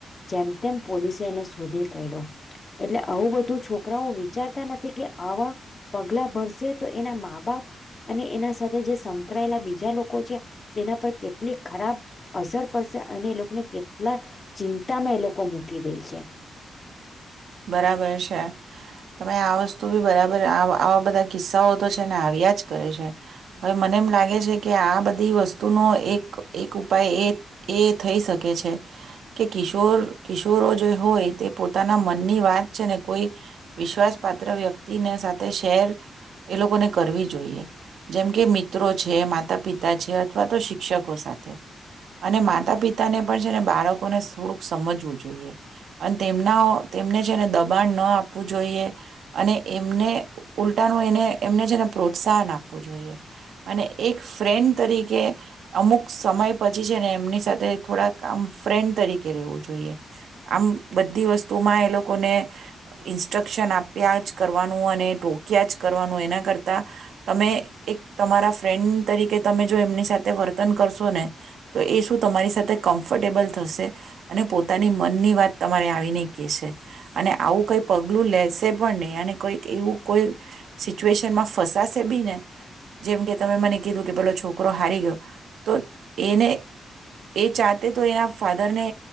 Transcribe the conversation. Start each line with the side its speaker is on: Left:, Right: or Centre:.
Left: જેમ તેમ પોલીસે એને શોધી કૈડો. એટલે આવું બધું છો કરાઓ વિચારતા નથી કે આવા પગલા ભરસે તો એના મા બાપ અને એના સાથે જે સંકળાયેલા બીજા લોકો છે તેના પર કે ટલી ખરાબ અસર પડશે અને એ લોકોને કેટલા ચિંતામાં એ લોકો મૂકી દે છે.
Right: બરાબર છે. તમે આ વસ્તુ બી બરાબર આવ-આવા બધા કિસ્સાઓ તો છે ને આવ્યા જ કરે છે. હવે મને એમ લાગે છે કે આ બધી વસ્તુનો એક એક ઉપાય એ એ થઈ શકે છે કે કિશોર કિશોરો જે હોય તે પોતાના મ ની વાત છેને કોઈ વિશ્વાસ પાત્ર વ્યક્તિને સાથે શેર એ લોકોને કરવી જોઈએ. જેમ કે મિત્રો છે, માતા પિતા છે, અથવા તો શિક્ષકો સાથે. અને માતા પિતાને પણ છે ને બાળકોને થોડુંક સમજવું જોઈએ અને તેમના ઓ તેમને છેને દબાણ ન આપવું જોઈએ અને એમને ઉલટાનું એને એમને છેને પ્રોત્સાહન આપવું જોઈએ. અને એક ફ્રેન્ડ તરીકે અમુક સમય પછી છે ને એમની સાથે થોડાક આમ ફ્રેન્ડ તરીકે રહેવું જોઈએ. આમ બધી વસ તુંમાં એ લોકોને ઇન્સ્ટ્રક્શન આપ્યા જ કરવાનું અને ટોક્યા જ કરવાનું એના કરતા તમે એક તમારા ફ્રેન્ડ તરીકે તમે જો એમની સાથે વર્તન કરશો ને તો એ શું તમારી સાથે કમ્ફર્ટેબલ થશે અને પોતાની મનની વાત તમારે આવીને કે છે. અને આવું કઈ પગલું લેશે પણ નહી અને કઈક એવું કોઈ સિચ્યુએશનમાં ફસાશે બી ને જેમકે તમે મને કીધું કે પેલો છોકરો હારી ગયો. તો એને એ ચાતે તો એના ફા દર ને